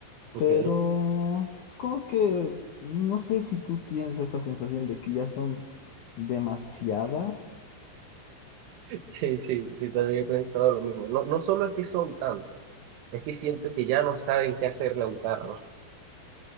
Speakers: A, on the right; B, on the left.
A: Ok.
B: pero es como que no sé si tú tienes esta sensación de que ya son demasiadas.
A: <laughs> Sí, sí, sí, también he pensado lo mismo. No, no solo es que son tantas, es que siento que ya no saben qué hacerle a un carro.